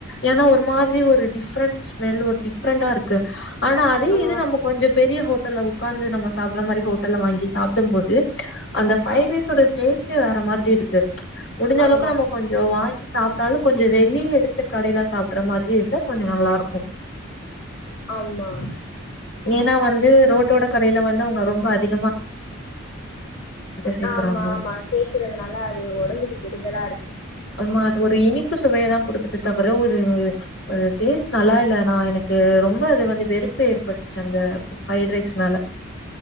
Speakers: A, on the left (about 55°); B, on the left (about 85°).
A: ஏன்னா ஒரு மாதிரி ஒரு டிஃப்ரெண்ட் ஸ்மெல் ஒரு டிஃப்ரெண்டா இருக்கு ஆனா அதே
B: ஆ
A: இது நம்ம கொஞ்சம் பெரிய ஹோட்டல்ல உக்காந்து நாம சாப்ற மாரி ஓ டல்ல வாங்கி சாப்பிடும் போது அந்த ஃப்ரைட் ரைஸ் யோட டேஸ்டே வேற மாதிரி இருக்கு முடிஞ்ச
B: ஆமா
A: அளவுக்கு நம்ம கொஞ்சம் வாங்கி சாப்பிட்டாலும் கொஞ்சம் வெளியே அத்து கடையில சாப்பிட்ற மாதிரி இருந்த கொஞ்சம் நல்லா இருக்கும்
B: ஆமா
A: ஏன்னா வந்து ரோட்டோட கடையில வந்து அவங்க ரொம்ப அதிக சேக்குறாங்க
B: ஆமா ஆமா சேர்க்கறதுனால அது உடம்புக்கு கெடுதலா இருக்கு
A: ஆமா அது ஒரு இனிப்பு சுவையை தான் கொடுக்குது தவிர ஒரு டேஸ்ட் நல்லா இல்லைனா எனக்கு ரொம்ப அது வந்து வெறு ருப்ப ஏற்பட்டுச்சு அந்த ஃப்ரைட் ரைஸ் மேல